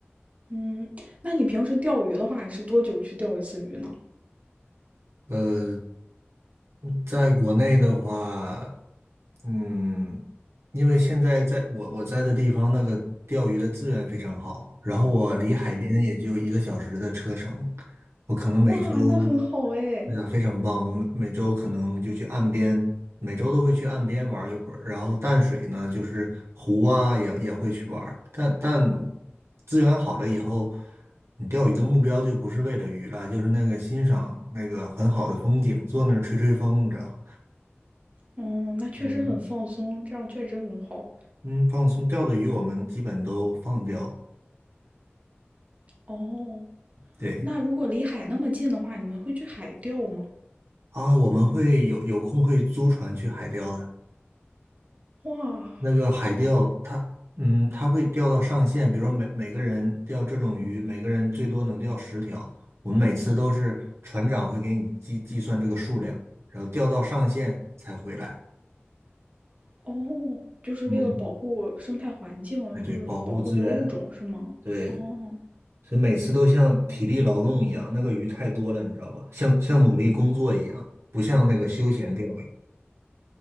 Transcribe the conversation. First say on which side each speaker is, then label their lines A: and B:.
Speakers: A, on the right; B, on the right.
A: 嗯，那你平时钓鱼的话，你是多久去钓一次鱼呢？
B: 呃，在国内的话，嗯，因为现在在我我在的地方，那个钓鱼的资源非常好，然后我离海边也就一个小时的车程，我可能每周嗯
A: 哇，那很好哎。
B: 对呀，非常棒！我们每周可能就去岸边，每周都会去岸边玩一会儿。然后淡水呢，就是湖啊，也也会去玩儿。但但资源好了以后，你钓鱼的目标就不是为了鱼了，就是那个欣赏那个很好的风景，坐那儿吹吹风，你知道？
A: 哦，那确实很放松，
B: 嗯
A: 这样确实很好。
B: 嗯，放松钓的鱼我们基本都放掉。
A: 哦，
B: 对
A: 那如果离海那么近的话，你们会去海钓吗？
B: 啊，我们会有有空会租船去海钓的。
A: 哇，
B: 那个海钓，它嗯，它会钓到上限，比如说每每个人钓这种鱼，每个人最多能钓十条。我们每次都是船长会给你计计算这个数量，然后钓到上限才回来。
A: 哦，就是为了保护生态环境，
B: 嗯，哎，
A: 就是保护那个物种，
B: 对，保护资源，
A: 是吗？
B: 对，
A: 哦，
B: 所以每次都像体力劳动一样，那个鱼太多了，你知道吧？像像努力工作一样，不像那个休闲钓。